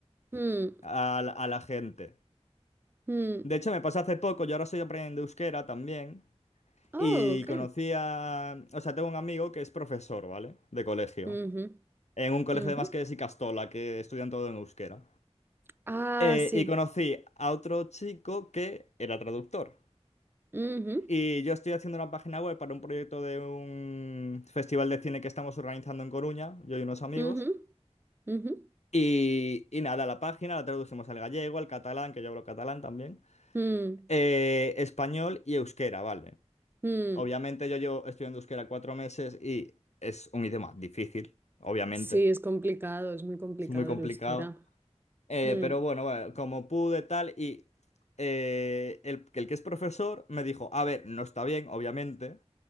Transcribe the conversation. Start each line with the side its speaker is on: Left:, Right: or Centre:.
Right: mm,
Left: a, la a la gente.
Right: mm,
Left: De hecho, me pasó hace poco, yo ahora estoy aprendiendo euskera también,
Right: Oh,
Left: y
Right: ok.
Left: conocí a... O sea, tengo un amigo que es profesor, ¿vale? De colegio.
Right: Ujú,
Left: En un colegio
Right: ujú.
Left: de Masquedes y Castola, que estudian todo en euskera.
Right: Ah,
Left: Eh,
Right: sí.
Left: y conocí a otro chico que era traductor.
Right: Ujú,
Left: Y yo estoy haciendo una página web para un proyecto de un festival de cine que estamos organizando en Coruña, yo y unos amigos.
Right: ujú, ujú.
Left: Y, y nada, la página la traducimos al gallego, al catalán, que yo hablo catalán también,
Right: Mm,
Left: eh, español y euskera, ¿vale?
Right: mm.
Left: Obviamente yo llevo estudiando euskera cuatro meses y es un idioma difícil, obviamente,
Right: Sí, es complicado, es muy complicado
Left: es muy complicado.
Right: el euskera.
Left: Eh,
Right: Mm.
Left: pero bueno, bueno, como pude tal y eh, el, el que es profesor me dijo, a ver, no está bien, obviamente.